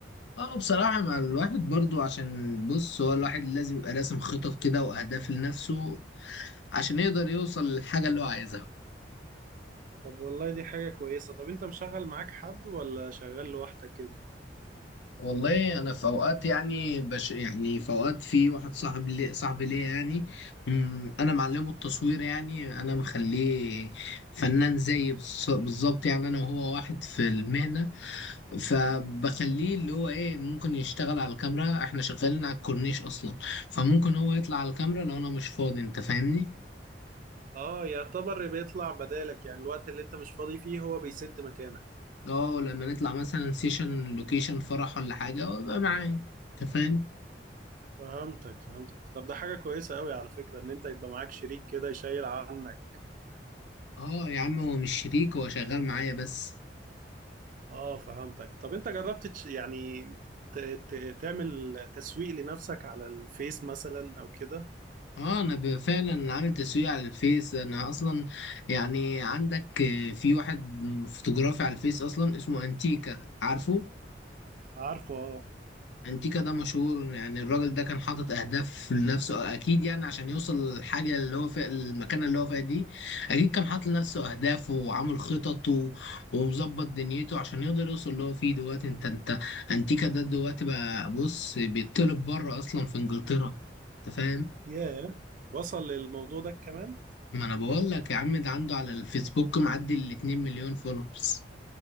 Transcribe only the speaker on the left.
اه بصراحة مع الواحد برضو عشان بص هو الواحد لازم يبقى راسم خطط كده واهداف لنفسه عشان يقدر يوصل للحاجة اللي هو عايزها
والله انا في اوقات يعني بش يعني في اوقات في واحد صاحب لي صاحبي ليا يعني مم، انا معلمه التصوير يعني انا مخليه فنان زيي بص- بالظبط يعني انا وهو واحد في المهنة فبخليه اللي هو ايه ممكن يشتغل على الكاميرا احنا شغالين على الكورنيش اصلا فممكن هو يطلع على الكاميرا لو انا مش فاضي انت فاهمني
اه لما نطلع مثلا سيشن لوكيشن فرح ولا حاجة وابقى معايا انت فاهم
اه يا عم هو مش شريك هو شغال معايا بس
اه انا ب- فعلا عامل تسويق على الفيس انا اصلا يعني عندك آه، في واحد فوتوغرافي على الفيس اصلا اسمه انتيكا عارفه
انتيكا ده مشهور يعني الراجل ده كان حاطط اهداف لنفسه اكيد يعني عشان يوصل للحاجه اللي هو فيها المكانه اللي هو فيها دي اكيد كان حاطط لنفسه اهداف وعامل خطط و- ومظبط دنيته عشان يقدر يوصل اللي هو فيه دلوقتي انت انت انتيكا ده دلوقتي بقى بص بيطلب بره اصلا في انجلترا انت فاهم
ما انا بقول لك يا عم ده عنده على الفيسبوك معدي ال 2 مليون فولورز